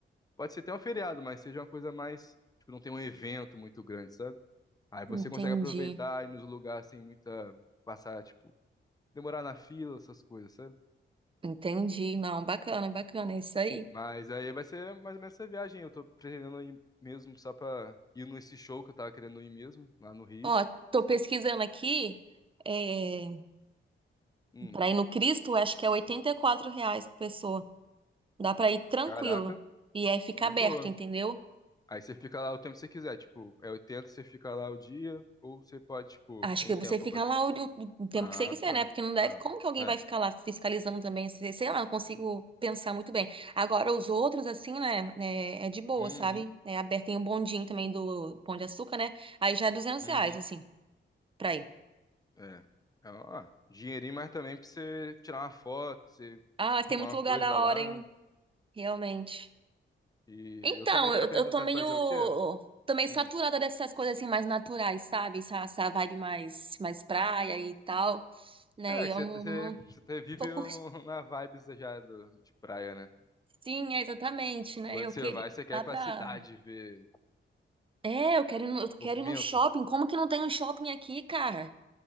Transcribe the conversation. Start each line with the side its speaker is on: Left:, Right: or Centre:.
Left: pode ser até um feriado, mas seja uma coisa mais, tipo, não tem um evento muito grande, sabe? Aí você
Right: Entendi.
Left: consegue aproveitar e nos lugares sem muita passar, tipo, demorar na fila, essas coisas, sabe?
Right: Entendi. Não, bacana, bacana, é isso aí.
Left: Mas aí vai ser mais ou menos essa viagem. Eu tô pretendendo ir mesmo só pra ir nesse show que eu tava querendo ir mesmo, lá no Rio.
Right: Ó, tô pesquisando aqui. É,
Left: Hum,
Right: pra ir no Cristo, acho que é 84 reais por pessoa. Dá pra ir tranquilo.
Left: Caraca,
Right: E é fica
Left: de
Right: aberto,
Left: boa.
Right: entendeu?
Left: Aí você fica lá o tempo que você quiser, tipo, é 80 você fica lá o dia, ou você pode, tipo,
Right: Acho
Left: tem
Right: que
Left: tempo
Right: você fica
Left: pra...
Right: lá o, o- o tempo
Left: Ah,
Right: que você quiser,
Left: tá.
Right: né? Porque não deve.
Left: Ah,
Right: Como que alguém
Left: é.
Right: vai ficar lá fiscalizando também? Se- Sei lá, não consigo pensar muito bem. Agora, os outros, assim, né? É, é de boa,
Left: Uhum,
Right: sabe? É aberto. Tem um bondinho também do Pão de Açúcar, né? Aí já é 200
Left: uhum,
Right: reais, assim, pra ir.
Left: é. É, ó, dinheirinho, mas também pra você tirar uma foto, você
Right: Ah,
Left: tomar
Right: tem muito
Left: uma
Right: lugar
Left: coisa
Right: da
Left: lá.
Right: hora, hein? Realmente.
Left: E
Right: Então,
Left: eu também tava
Right: eu,
Left: pensando,
Right: eu tô
Left: sabe
Right: meio.
Left: fazer o quê?
Right: Tô meio
Left: Hum.
Right: saturada dessas coisas, assim, mais naturais, sabe? Essa, essa vibe mais, mais praia e tal, né?
Left: É,
Right: E
Left: que
Right: eu
Left: você,
Right: não,
Left: você,
Right: não
Left: você vive
Right: tô curtindo.
Left: um- na vibes já do, de praia, né?
Right: Sim, é exatamente, né?
Left: Quando
Right: Eu
Left: você
Right: queria
Left: vai,
Right: ir
Left: você quer
Right: lá
Left: ir pra
Right: pra.
Left: cidade ver
Right: É, eu quero ir no, eu quero
Left: movimento.
Right: ir no shopping. Como que não tem um shopping aqui, cara?